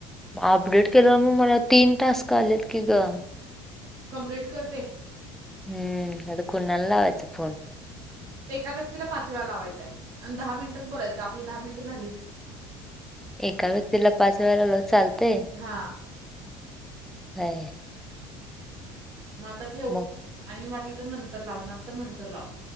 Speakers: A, in the centre; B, on the right.
A: म अपडेट केलं, मग मला तीन टास्क आलेत की ग.
B: कम्प्लीट करते.
A: हम्म आता कोणाला लावायचं फोन?
B: एका व्यक्तीला पाच वेळा लावायचाय आणि दहा मिनिटंच बोलायचं, आपलं दहा मिनिटं झालीत.
A: एका व्यक्तीला पाच वेळे लवलो चालते.
B: हां.
A: <unintelligible>
B: म आता ठेव
A: मग
B: आणि वाटलं तर नंतर लावणार तर नंतर लाव.